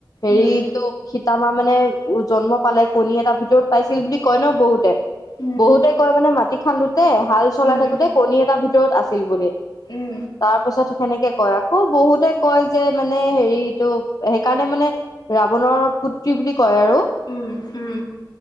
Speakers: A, on the left; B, on the left.
A: হেৰিটো
B: উম
A: সীতা মা মানে উ জন্ম পালে কণী এটা ভিতৰত পাইছিল বুলি কয় ন, বহুতে
B: উম
A: বহুতে কয় মানে মাটি খান্দোতে হাল চলাই
B: উম
A: থাকোঁতে
B: উম
A: কণী এটা ভিতৰত আছিল বুলি
B: উম
A: তাৰপিছত সেনেকে কয় আকৌ বহুতে কয় যে, মানে হেৰিটো সেইকাৰণে মানে ৰাৱণৰ পুত্ৰী বুলি কয় আৰু
B: উম উম